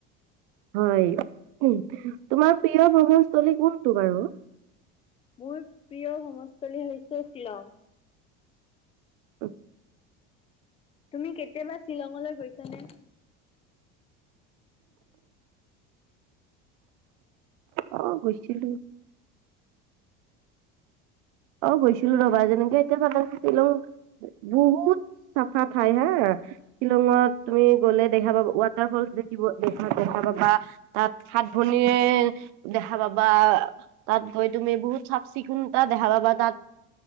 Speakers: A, on the right; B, on the left.
A: হয়, উম, তোমাৰ প্ৰিয় ভ্ৰমণস্থলী কোনটো বাৰু?
B: মোৰ প্ৰিয় ভ্ৰমণস্থলী হৈছে শ্বিলং।
A: <unintelligible>
B: তুমি কেতিয়াবা শ্বিলঙলৈ গৈছা নে?
A: অ', গৈছিলো। অ', গৈছিলো ৰবা, যেনেকে এতিয়া চা, শ্বিলং বহুত চাফা ঠাই হা, শিলংত
B: হয়।
A: তুমি গ'লে দেখা পাবা ৱাত ফল দেখিব দেখিব পাবা, সাত ভনীয়ে দেখা পাবা, তাত গৈ তুমি বহুত চাফ চিকুণ তাত দেখা পাবা তাত,